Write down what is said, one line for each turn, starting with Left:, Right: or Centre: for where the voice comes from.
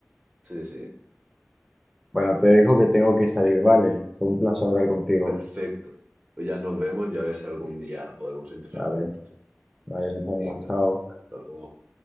Right: Sí, sí,
Centre: Bueno, te dejo que tengo que salir, ¿vale? Fue un placer hablar contigo.
Right: perfecto. Pues ya nos vemos y a ver si algún día podemos entrenar
Centre: Vale,
Right: juntos.
Centre: vale, nos vemos,
Right: Venga,
Centre: chao.
Right: hasta luego.